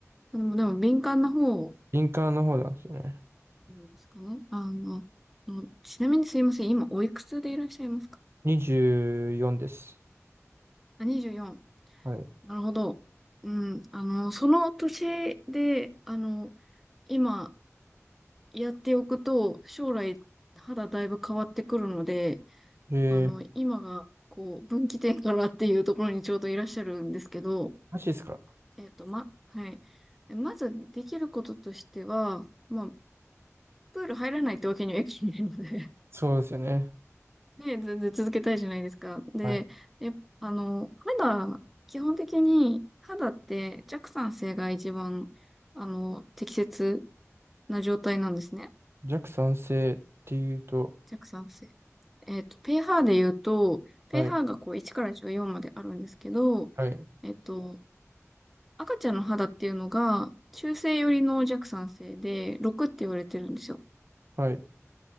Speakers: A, in the centre; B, on the right.
A: でも、でも敏感な方
B: 敏感の方なんですよね。
A: うんですかね。あの、そのちなみにすいません。今、おいくつでいらっしゃいますか
B: 24です。
A: あ、24。
B: はい。
A: なるほど。うん。あの、その年で、あの、今、やっておくと、将来、肌だいぶ変わってくるので、
B: えー、
A: あの、今が、こう、分岐点からっていうところにちょうどいらっしゃるんですけど、
B: マジですか
A: えっと、ま、はい。まず、できることとしては、まあ、プール入らないってわけにはいかないので
B: そうですよね。
A: で、全然続けたいじゃないですか。で、
B: はい。
A: え、あの、肌、基本的に肌って弱酸性が一番、あの、適切な状態なんですね。
B: 弱酸性っていうと、
A: 弱酸性。えっと、pH で言うと、pH
B: はい、
A: がこう1から14まであるんですけど、
B: はい、
A: えっと、赤ちゃんの肌っていうのが中性寄りの弱酸性で6って言われてるんですよ。
B: はい。